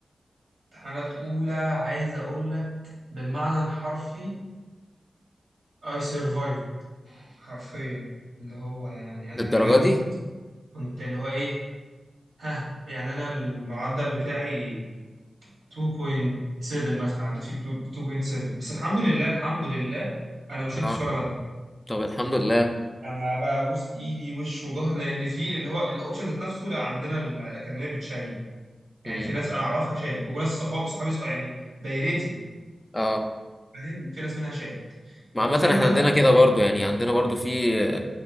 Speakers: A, on the right; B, on the left.
A: امتحانات أولى عايز أقول لك بالمعنى الحرفي I survived حرفيا اللي هو يعني أنا
B: للدرجة
A: نجوت
B: دي؟
A: كنت اللي هو إيه ها يعني أنا المعدل بتاعي 2.7 مثلا عديت فيه ب 2.7 بس الحمد لله الحمد لله أنا ما شلتش
B: اه
A: ولا مادة
B: طب الحمد لله
A: أنا ببوس إيدي وش وظهر لأن في اللي هو الأوبشن ذات نفسه لا عندنا ال- الأكاديمية بتشيل يعني
B: مم.
A: في ناس أنا أعرفها شالت وناس صحابي صحابي صحابي يعني دايرتي
B: اه
A: فاهم في ناس منها شالت
B: ما
A: وزي
B: عامة
A: ما بقول
B: احنا عندنا
A: لك
B: كده برضو يعني عندنا برضو في